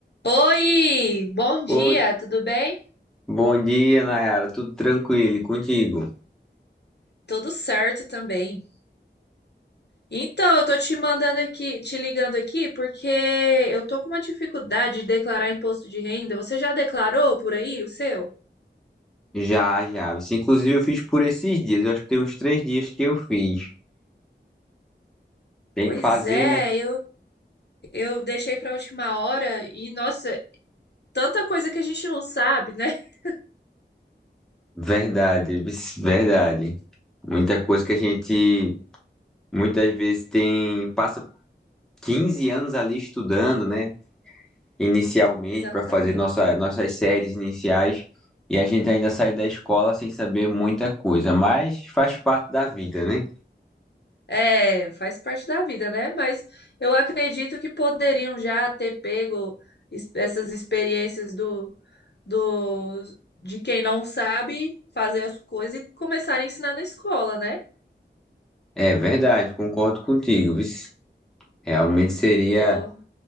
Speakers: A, on the left (about 65°); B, in the centre.
A: Oi, bom dia,
B: Oi,
A: tudo bem?
B: bom dia, Nayara. Tudo tranquilo e contigo?
A: Tudo certo também. Então, eu tô te mandando aqui, te ligando aqui porque eu tô com uma dificuldade de declarar imposto de renda. Você já declarou por aí o seu?
B: Já, já. Inclusive, eu fiz por esses dias. Eu acho que tem uns três dias que eu fiz. Tem
A: Pois
B: que fazer,
A: é,
B: né?
A: eu, eu deixei pra última hora e, nossa, tanta coisa que a gente não sabe, né? <laughs>
B: Verdade, vixe, verdade. Muita coisa que a gente muitas vezes tem, passa 15 anos ali estudando, né? Inicialmente,
A: Exatamente.
B: para fazer nossa, nossas séries iniciais. E a gente ainda sai da escola sem saber muita coisa. Mas faz parte da vida, né?
A: É, faz parte da vida, né? Mas eu acredito que poderiam já ter pego es- essas experiências do do de quem não sabe fazer as coisas e começar a ensinar na escola, né?
B: É verdade, concordo contigo. vixe. Realmente seria.
A: Eu,